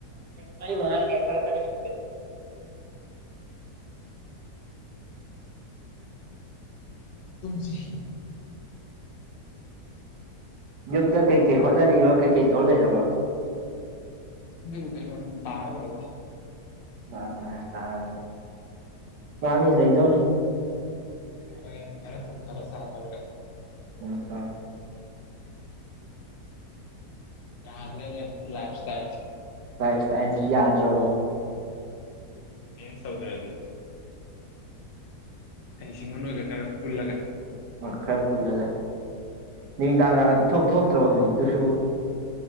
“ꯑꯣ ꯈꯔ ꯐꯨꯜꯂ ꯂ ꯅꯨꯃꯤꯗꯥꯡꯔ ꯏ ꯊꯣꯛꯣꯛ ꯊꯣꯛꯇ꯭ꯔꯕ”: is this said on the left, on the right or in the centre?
Right